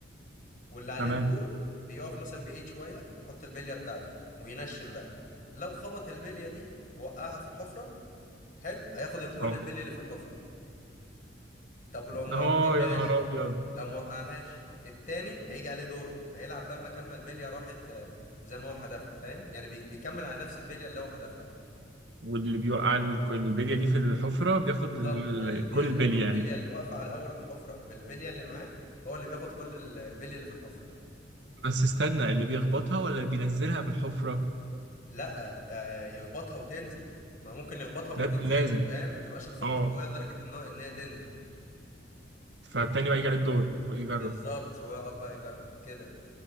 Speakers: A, on the left; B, on the right.
A: واللي عليه
B: تمام
A: الدور بيقف مثلا بعيد شوية ويحط البلية بتاعته وينشن بقى لو خبط البلية دي وقعها في الحفرة حلو هياخد الكل
B: اه
A: البلي اللي في الحفرة طب ولو ما
B: اه
A: وقعهاش
B: يا نهار ابيض
A: لو ما وقعهاش التاني هيجي عليه دوره هيلعب بقى مكان ما البليه راحت آه، زي ما هو حدفها فاهم يعني بي- بيكمل على نفس البليه اللي هو حدفها
B: واللي بيوقع الك- البلية دي في الحفرة بياخد
A: بالظبط
B: ال-
A: اللي بيخبط
B: كل البلية
A: البليه
B: يعني
A: اللي واقفه على اول الحفره بالبليه اللي معاه هو اللي بياخد كل ال- البليه اللي في الحفره
B: بس استنى اللي بيخبطها ولا اللي بينزلها في الحفرة
A: لا آه، يخبطها وتنزل ما ممكن يخبطها وما
B: لا
A: تنزلش
B: لازم
A: فاهم ما تبقاش الخبطه
B: اه
A: قويه لدرجه ان هو انها تنزل
B: فالتاني بقى يجي عليه الدور ويجرب
A: بالظبط ويقعد بقى يجرب كده